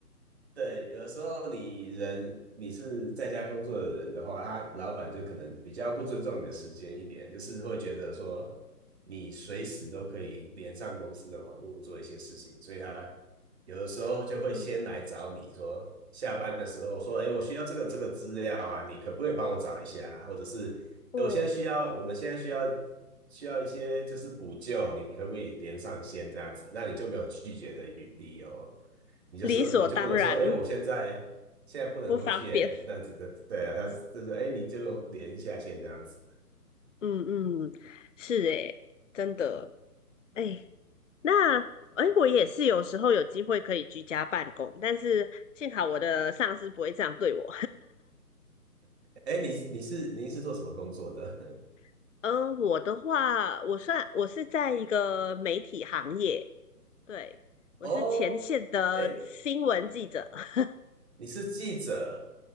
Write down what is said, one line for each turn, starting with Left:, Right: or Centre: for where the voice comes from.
Right: 对，有的时候你人你是在家工作的人的话，他老板就可能比较不尊重你的时间一点，就是会觉得说你随时都可以连上公司的网络做一些事情，所以他有的时候就会先来找你说，
Left: 嗯，
Right: 下班的时候说，哎，我需要这个这个资料啊，你可不可以帮我找一下啊？或者是诶我现在需要，
Left: 哦，
Right: 我们现在需要需要一些就是补救，你可不可以连上线这样子？那你就没有拒绝的余地哦。你就是，
Left: 理所当然。
Right: 你就不能说，哎，我现在现在不能回去，
Left: 不方便。
Right: 耶，那这个对啊，他就是哎，你就连下线这样子。
Left: 嗯嗯，是诶，真的诶，那诶，我也是有时候有机会可以居家办公，但是幸好我的上司不会这样对我。
Right: 哎，你你是您是做什么工作的？
Left: <laughs> 嗯，我的话，我算我是在一个媒体行业，对，我是前线的新闻记者，
Right: <laughs> 哦，哎，
Left: <laughs>
Right: 你是记者，